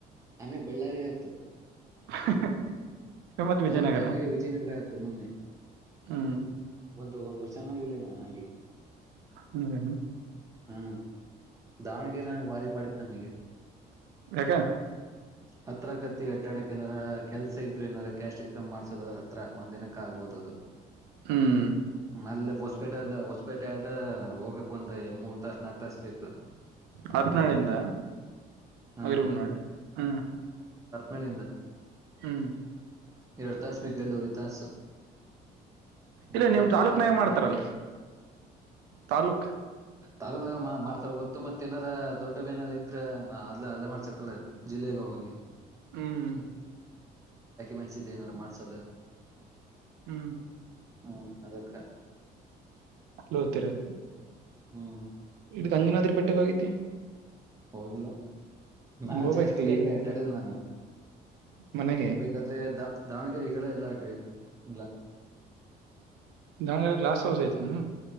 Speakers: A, on the right; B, on the right.
A: ಅಮ ಬಳ್ಳಾರಿಯತ
B: <unintelligible> ಮತ್ ವಿಜಯನಗರ
A: ಮತ್ತೆ ಆಮೇಲೆ ವಿಜಯನಗರ ಆಯತು ಮೊನ್ನೆ
B: ಹ್ಮ್
A: ದು ಒಂದ ವರ್ಷನ್ನಾಗಿಲ ನ ಹಾಗೆ
B: ಹ್ಮದೇನು
A: ಹಾ ದಾವಣಗೆರೆ ನ ಭಾರಿ ಪಡಿತ ನಮಗೆ
B: ಯಾಕ
A: ಹತ್ರಗತಿ ಅಡ್ಡಾಡಕ್ ಏನಾರ ಕೆಲ್ಸ ಇದ್ರೆ ನಾರ ಕ್ಯಾಶ್ ಇನ್ಕಮ್ ಮಾಡ್ಸೋದ ಹತ್ರ ಒಂದ್ ದಿನಕ್ಕೆ ಆಗ್ಬೋದು ಅದು
B: ಹ್ಮ್
A: ಮೇಲೆ ಹೊಸ್ಪೇಟೆ ಆದಲ ಹೊಸ್ಪೇಟೆ ಆದ್ರ ಹೋಗಕ್ ಒಂದ ಮೂರ್ ತಾಸ ನಾಕ್ ತಾಸ ಬೇಕು
B: ಹತ್ನಾಡೆಯಿಂದ
A: ಹಾ
B: ಅವಿರ್ಬೂ ನಡೆ ಹ್ಮ್
A: ಮಳೆಯಿಂದ
B: ಹ್ಮ್
A: ಎರಡು ತಾಸ ಬೇಕ ಎಡುವ್ರ ತಾಸು ಮತ್ತ
B: ಇಲ್ಲ ನಿಮ್
A: ಅಲ್ಲಿ
B: ತಾಲೂಕ್
A: ಜಾಗ
B: ನ
A: ಗೊತ್ತಿಲ್ಲ
B: ಮಾಡ್ತಾರಲ್ಲ ತಾಲೂಕ್
A: ತಾಲೂಕನಾಗ ಮಾಡ್ತಾರ ಗೊತ್ತು ಮತ್ತ ಏನಾರ ದೊಡ್ಡವೇನಾರ ಇದ್ರ ಅಲ್ಲೇ ಅಲ್ಲೇ ಮಾಡ್ಸಕಲ್ಲ ಜಿಲ್ಲೆಗ ಹೋಗಿ
B: ಹ್ಮ್
A: ಮೆಂಟ್ಸ್ ಇದ ಏನಾರ ಮಾಡ್ಸೋದು
B: ಹ್ಮ್
A: ಹ್ಮ ಅದಕ್ಕ
B: ಹೋತಿರಿ
A: ಹ್ಮ್
B: ಗಂಜನಾದ್ರಿ ಬೆಟ್ಟೆಗೆ ಹೋಗಿದ್ದೆ
A: ಹೋಗಿಲ್ಲ ನಾ
B: ಹೋಗ್ಬೇಕಿಲ್ಲಿ
A: ಜಾಸ್ತಿ ಅಗಡೆ ಅಡ್ಡಾಡಿಲ್ಲ ನಾನ
B: ಮನೆಗೆ
A: ಬೇಕಾದ್ರೆ ದ ದಾವಣಗೆರೆ ಗಳ ಎಲ್ಲ ಅಡ್ಡಿ <unintelligible>
B: ನನಗೆ ಲಾಸ್ ಆಗಿಹೋಯಿತು